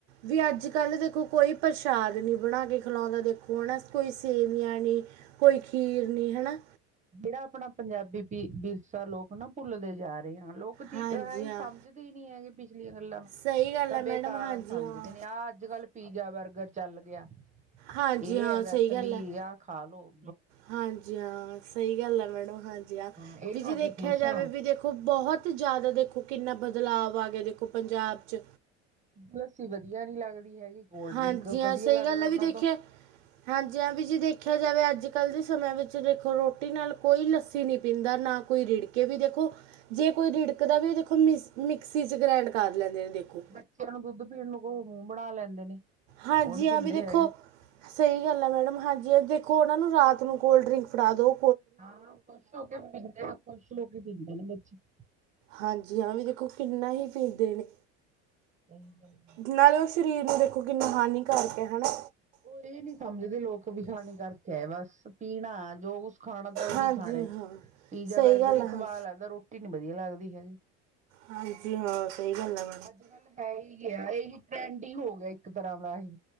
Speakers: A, on the right; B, on the right.
A: ਵੀ ਅੱਜ ਕੱਲ ਦੇਖੋ ਕੋਈ ਪ੍ਰਸ਼ਾਦ ਨੀ ਬਣਾ ਕੇ ਖਲੋਨਦਾ ਦੇਖੋ ਹਨ ਕੋਈ ਸੇਵੀਆਂ ਨੀ ਕੋਈ ਖੀਰ ਨੀ ਹੈ ਨਾ?
B: ਜਿਹੜਾ ਆਪਣਾ ਪੰਜਾਬੀ ਪੀ ਵਿਰਸਾ ਲੋਕ ਨਾ ਭੁੱਲਦੇ ਜਾ ਰਹੇ ਹਨ ਲੋਕ ਚੀ
A: ਹਾਂਜੀ
B: ਹੈ ਹੀ
A: ਹਾਂ
B: ਸਮ ਛੱਡ ਦੇ ਹੀ ਨੀ ਹੈਗੇ ਪਿਛਲੀਆਂ ਗੱਲਾਂ ਨੂੰ
A: ਸਹੀ ਗੱਲ
B: ਤਾਂ
A: ਹੈ ਮੈਡਮ
B: ਬੇਕਾਰ
A: ਹਾਂਜੀ
B: ਸਮਝਦੇ
A: ਹਾਂ
B: ਨੇ ਆਹ ਅੱਜ ਕੱਲ੍ਹ ਪੀਜ਼ਾ ਬਰਗਰ ਚੱਲ ਗੇਆ।
A: ਹਾਂਜੀ
B: ਏ
A: ਹਾਂ
B: ਹੈ ਵੈਸ
A: ਸਹੀ ਗੱਲ
B: ਵੀ
A: ਹੈ
B: ਆ ਖਾਲੋੋ।
A: ਹਾਂਜੀ ਹਾਂ ਸਹੀ ਗੱਲ ਆ ਮੈਡਮ ਹਾਂਜੀ ਹਾਂ
B: ਇਹ
A: ਵੀ
B: ਖਾ
A: ਜੀ ਦੇਖਿਆ
B: ਕੇ ਖੁਸ਼
A: ਜਾਵੇ
B: ਆ
A: ਵੀ ਦੇਖੋ ਬੌਹੋਤ ਤੇ ਜ਼ਿਆਦਾ ਦੇਖੋ ਕਿੰਨਾ ਬਦਲਾਵ ਆ ਗਿਆ ਦੇਖੋ ਪੰਜਾਬ ਚ
B: ਲੱਸੀ ਵਧੀਆ ਨੀ ਲੱਗਦੀ ਹੈਗੀ ਕੋਲਡਰਿੰਕ
A: ਹਾਂਜੀ ਹਾਂ
B: ਵਧੀਆ
A: ਸਹੀ
B: ਲੱਗਦਾ
A: ਗੱਲ ਹੈ
B: ਉਹਨਾਂ
A: ਵੀ ਦੇਖਿਆ
B: ਤੋਂ।
A: ਹਾਂਜੀ ਹਾਂ ਵੀ ਜੀ ਦੇਖਿਆ ਜਾਵੇ ਅੱਜ ਕੱਲ੍ਹ ਦੇ ਸਮੇਂ ਵਿੱਚ ਦੇਖੋ ਰੋਟੀ ਨਾਲ ਕੋਈ ਲੱਸੀ ਨਈ ਪੀਂਦਾ ਨਾ ਕੋਈ ਰੀੜਕੇ ਵੀ ਦੇਖੋ ਜੇ ਕੋਈ ਰਿੜਕਦਾ ਵੀ ਦੇਖੋ ਮਿਸ ਮਿਕਸੀ ਚ ਗ੍ਰੈਂਡ ਕਰ ਲੈਂਦੇ ਨੇ ਦੇਖੋ।
B: ਬੱਚਿਆਂ ਨੂੰ ਦੁੱਧ ਪੀਣ ਨੂੰ ਕਹੋ ਮੂੰਹ ਬਣਾ ਲੈਂਦੇ ਨੇ।
A: ਹਾਂਜੀ
B: ਉਹ ਨੀ
A: ਹਾਂ
B: ਪੀਂਦੇ
A: ਵੀ ਦੇਖੋ
B: ਹੈਗੇ
A: ਸਹੀ ਗੱਲ ਹੈ ਮੈਡਮ ਹਾਂਜੀ ਦੇਖੋ ਉਹਨਾਂ ਨੂੰ ਰਾਤ ਨੂੰ ਕੋਲਡਰਿੰਕ ਫੜਾ ਦੋ
B: ਹਾਂ ਖੁਸ਼ ਹੋ ਕੇ ਪੀਂਦੇ ਖੁਸ਼ ਹੋ ਕੇ ਪੀਂਦੇ ਨੇ ਬੱਚ। <inaudible>
A: ਹਾਂਜੀ ਹਾਂ ਵੀ ਦੇਖੋ ਕਿੰਨਾ ਹੀ ਪੀਂਦੇ ਨੇ
B: ਸਹੀ ਗੱਲ
A: ਨਾਲੇ ਉਹ ਸ਼ਰੀਰ ਨੂੰ ਦੇਖੋ ਕਿੰਨਾ ਹਾਨੀਕਾਰਕ ਹੈ ਨਾ?
B: ਉਹ ਇਹ ਨੀ ਸਮਝਦੇ ਲੋਕ ਵੀ ਸਾਨੂੰ ਖੜਆ ਆ ਬਸ ਪੀਣਾ ਜੋ ਕੁਛ ਖਾਣਾ ਤਾਂ ਉਹੀ
A: ਹਾਂਜੀ
B: ਖਾਣਾ ਏ
A: ਹਾਂ
B: ਪੀਜ਼ਾ
A: ਸਹੀ
B: ਬਰਗਰ
A: ਗੱਲ
B: ਹੀ
A: ਆ ਹਾਂ
B: ਸਵਾਦ ਲੱਗਦਾ ਰੋਟੀ ਨੀ ਬਧੀਆ ਲੱਗਦੀ ਹੈਗੀ।
A: ਹਾਂਜੀ ਹਾਂ ਸਹੀ ਗੱਲ ਏ।
B: ਅੱਜ ਕੱਲ ਹੈ ਹੀ ਏਹੀ ਟਰੈਂਡ ਹੀ ਹੋ ਗਿਆ ਇੱਕ ਤਰ੍ਹਾਂ ਦਾ ਏ।